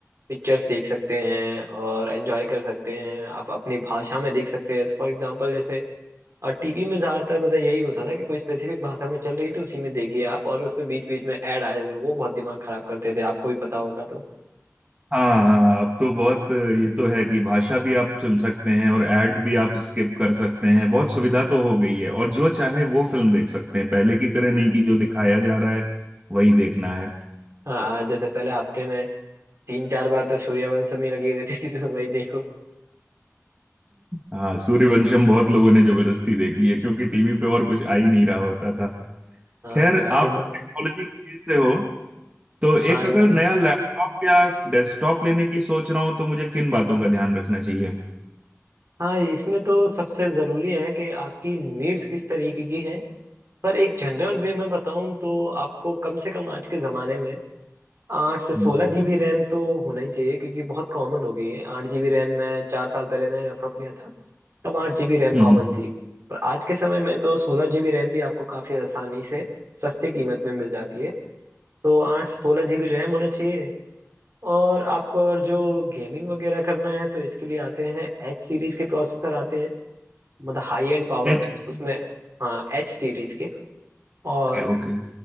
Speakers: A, on the right; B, on the right.
A: पिक्चर्स देख सकते हैं और एंजॉय कर सकते हैं आप अपनी भाषा में देख सकते हैं फॉर एग्जांपल जैसे और टीवी में ज्यादातर मतलब यही होता था कि कोई स्पेसिफिक भाषा में चल रही तो उसी में देखिए आप और उसमें बीच बीच में ऐड आए थे वो बहुत दिमाग खराब करते थे आपको भी पता होगा तो
B: हाँ हाँ अब तो बहुत ये तो है कि भाषा भी आप चुन सकते हैं और एड भी आप स्किप कर सकते हैं बहुत सुविधा तो हो गई है और जो चाहे वो फिल्म देख सकते हैं पहले की तरह नहीं कि जो दिखाया जा रहा है वही देखना है
A: हाँ जैसे पहले हफ्ते में तीन चार बार तो सूर्यवंशम ही लगी रहती थी तो वही देखो
B: हाँ सूर्यवंशम बहुत लोगों ने जबरदस्ती देखी है क्योंकि टीवी पे और कुछ आ ही नहीं रहा होता था
A: हाँ
B: खैर
A: काफी
B: आप
A: बार
B: टेक्नोलॉजी से हो तो एक
A: हाँ
B: अगर
A: जी
B: नया लैपटॉप या डेस्कटॉप लेने की सोच रहा हूँ तो मुझे किन बातों का ध्यान रखना चाहिए
A: हाँ इसमें तो सबसे जरूरी है कि आपकी नीड्स किस तरीके की हैं पर एक जनरल वे में बताऊं तो आपको कम से कम आज के जमाने में आठ से सोलह
B: हम्म
A: जीबी रैम तो होना ही चाहिए क्योंकि बहुत कॉमन हो गई है आठ जीबी रैम मैं चार साल पहले मैं लैपटॉप लिया था तब आठ जीबी रैम
B: हम्म
A: कॉमन थी पर आज के समय में तो सोलह जीबी रैम भी आपको काफी आसानी से सस्ते कीमत में मिल जाती है तो आठ से सोलह जीबी रैम होना चाहिए और आपको और जो गेमिंग वगैरह करना है तो इसके लिए आते हैं एच सीरीज के प्रोसेसर आते हैं मतलब हाई एंड पावर
B: एच
A: उसमें हाँ एच सीरीज के और
B: Okay okay